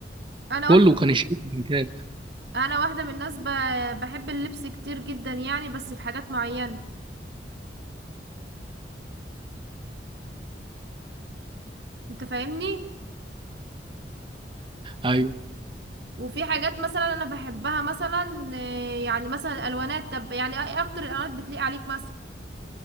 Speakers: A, on the right; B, on the right.
A: انا
B: كله
A: واحده
B: كان
A: من...
B: الشيك بينكات
A: انا واحده من الناس ب... بحب اللبس كتير جدا يعني بس في حاجات معينه انت فاهمني
B: ايوه
A: وفي حاجات مثلا انا بحبها مثلا آه، يعني مثلا الالوانات طب يعني ايه اكتر الالوانات بتليق عليك مثلا